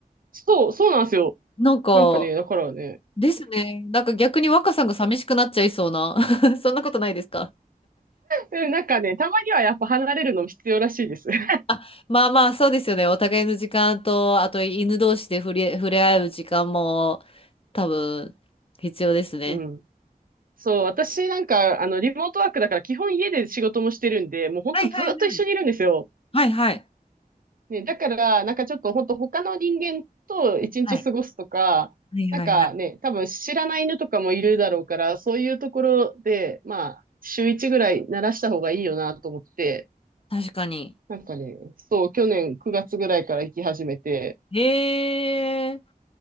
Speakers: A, on the right; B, on the left.
A: そう、そうなんですよ。
B: なんか、
A: なんかね、だからね、
B: ですね。なんか逆に若さんが寂しくなっちゃいそうな。<laughs> そんなことないですか
A: うん、なんかね、たまにはやっぱ離れるのも必要らしいです。<laughs>
B: あ、まあまあ、そうですよね。お互いの時間と、あと犬同士で触れ、触れ合う時間も多分必要ですね。
A: うん。そう、私なんか、あの、リモートワークだから基本家で仕事もしてるんで、もうほんとずっと一緒にいるんですよ。
B: はいはいはい。はいはい。
A: ね、だから、なんかちょっとほんと他の人間と一日過ごすとか、
B: はいはいはいはい。
A: なんかね、多分知らない犬とかもいるだろうから、そういうところで、まあ、週一ぐらい慣らした方がいいよなと思って、
B: 確かに。
A: なんかね、そう、去年9月ぐらいから行き始めて、
B: へえ。